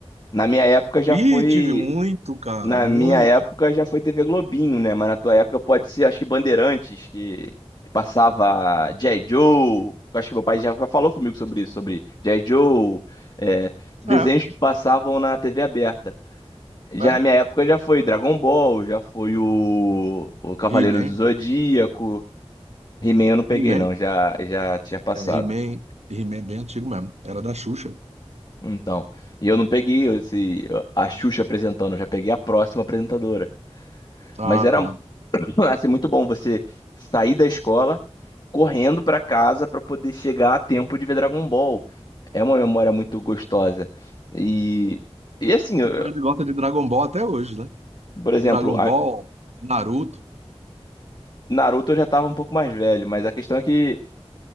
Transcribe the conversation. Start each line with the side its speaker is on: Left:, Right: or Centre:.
Left: Na minha época já
Right: Ih,
Left: foi
Right: tive muito, cara,
Left: Na
Right: muito.
Left: minha época já foi TV Globinho, né? Mas na tua época pode ser, acho que Bandeirantes, que, que passava G.I. Joe. Eu Acho que meu pai já falou comigo sobre isso, sobre G.I. Joe, é, desenhos
Right: É,
Left: que passavam na TV aberta. Já
Right: é.
Left: na minha época já foi Dragon Ball, já foi o, o Cavaleiro
Right: He-Man,
Left: do Zodíaco. He-Man eu não peguei,
Right: He-Man,
Left: não, já, já tinha passado.
Right: é, He-Man, He-Man é bem antigo mesmo, era da Xuxa.
Left: Então, e eu não peguei esse, a Xuxa apresentando, eu já peguei a próxima apresentadora.
Right: Ah,
Left: Mas era,
Right: tá.
Left: <laughs> Vai ser muito bom você sair da escola correndo pra casa pra poder chegar a tempo de ver Dragon Ball. É uma memória muito gostosa. E, e assim, eu-
Right: A galera gosta de Dragon Ball até hoje, né?
Left: por exemplo,
Right: Dragon
Left: a-
Right: Ball, Naruto.
Left: Naruto eu já tava um pouco mais velho, mas a questão é que